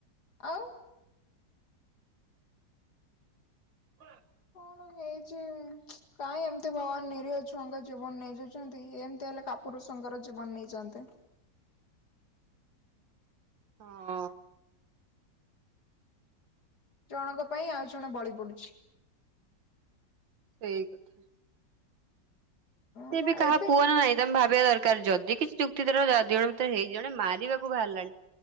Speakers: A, on the left; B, on the right.
A: ଆଉ।
B: <inaudible>
A: କଣ ହେଇଛି। କାଁ ଏମିତି ଭଗବାନ ନିରୀହ ଛୁଆଙ୍କ ଜୀବନ ନେଇଯାଉଛନ୍ତି? ଏମିତି ହେଲେ କା ପୁରୁଷଙ୍କର ଜୀବନ ନେଇଯାଆନ୍ତେ।
B: ହଁ।
A: ଜଣଙ୍କ ପାଇଁ ଆଉ ଜଣେ ବଳି ପଡୁଛି।
B: ସେଇ କଥା।
A: ହଁ
B: ସେ
A: ବା
B: ବି କାହା
A: ଏବେ
B: ପୁଅ ନା ନାଇଁ? ତମେ ଭାବିବା ଦରକାର ଯଦି କିଛି ଯୁକ୍ତିତର ଦି ଜଣ ଭିତରେ ହେଇ ଜଣେ ମାରିବାକୁ ବାହାରିଲାଣି।